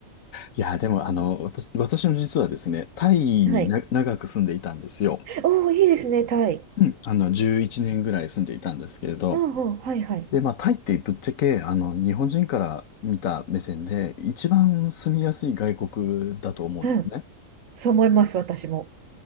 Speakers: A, on the left; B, on the right.
A: いや、でも、あの、私、私の実はですね、タイにな長く住んでいたんですよ。
B: <laughs> はい。<laughs> おお、いいですね、タイ。
A: うん。あの、11年ぐらい住んでいたんですけれど。
B: うんうん、はいはい。
A: で、まあ、タイってぶっちゃけ、あの、日本人から見た目線で、一番住みやすい外国だと思うんですね。
B: うん。そう思います、私も。